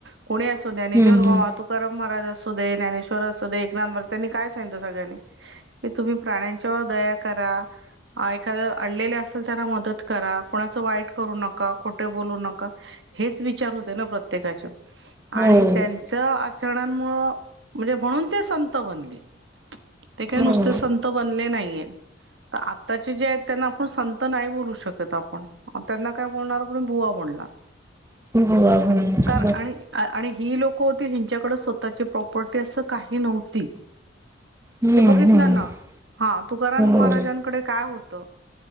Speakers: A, on the right; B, on the right.
A: कोणी असो ज्ञानेश्वर
B: हम्म
A: महाराज तुकाराम महाराज असो दे ज्ञाश्वर असो एकनाथ मगं त्यांनी काय सांगितलं सगळ्यांनी की तुम्ही प्राण्यांच्यावर दया करा. एखाद अडलेले असेल त्यांना मदत करा, कोणाचं वाईट करू नका, खोटं बोलू नका. हेच विचार होते ना प्रत्येकाचे
B: हम्म
A: आणि त्यांच्या आचरणांमुळं म्हणजे म्हणून ते संत बनले. ते काय
B: हो हो
A: नुसते संत बनले नाहीये. तर आत्ताचे जे आहेत त्यांना आपण संत नाही बोलू शकत आपण त्यांना काय बोलणार पण बुवा बोलणार.
B: <inaudible>
A: कार आणि आणि ही लोकं होती हिच्याकड स्वतःची प्रॉपर्टी असं काही नव्हती.
B: हम्म
A: ते बघितलं
B: हम्म
A: ना हा तुकारण महाराजांकडे
B: हो
A: काय होत?